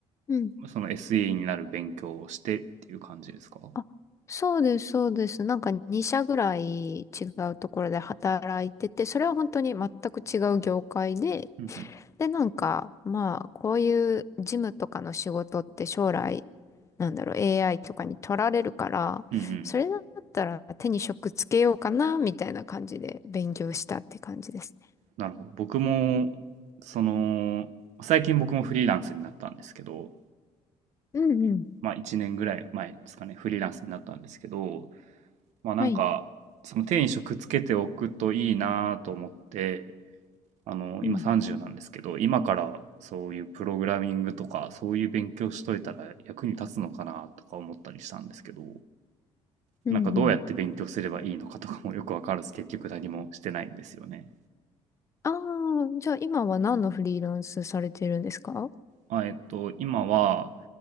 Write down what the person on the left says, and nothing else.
ん。
あそうです、そうです。なんか2社ぐらい違うところで働いてて、それは本当に全く違う業界で、
で、なんか、まあ、こういう事務とかの仕事って将来、なんだろう、AI とかに取られるから、
それだったら手に職つけようかな、みたいな感じで勉強したって感じですね。
うんうん。
はい。
うん。
うんうん。
ああ、じゃあ今は何のフリーランスされてるんですか